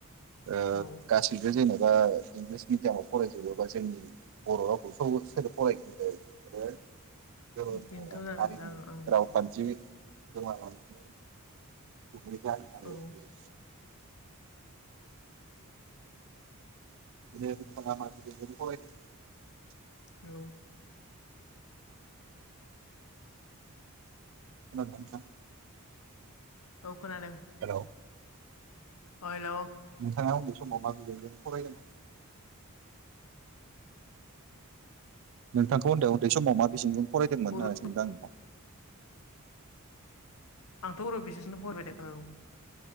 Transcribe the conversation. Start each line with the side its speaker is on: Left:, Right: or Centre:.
Right: ओ
Left: औ
Right: गासैबो जेनेबा बा इंलिस मिडियामाव फरायजोबोबा जोंनि बर' रावखौ स-सोरो फरायगोन होनदों। आरो <unintelligible>
Left: बेनोथ'
Right: <unintelligible>
Left: जादों
Right: हारिनि
Left: ओं
Right: रावखान्थि गोमालांनाय गुबै जाहोनानो
Left: ओं
Right: बेनो। बिदि <unintelligible> <unintelligible>
Left: औ
Right: खोनादोंना नोंथां?
Left: औ खोनादों।
Right: हेलौ
Left: अ हेल'
Right: नोंथाङा उन्दै समाव मा बिजोंजों फरायदोंमोन? नोंथांखौ होनदों उन्दै समाव मा बिजोंजों फरायदोंमोन
Left: बर'
Right: ओ सोंदों आं नोंनाव
Left: आंथ' बर' बिजोंजोंनो फरायबायदों औ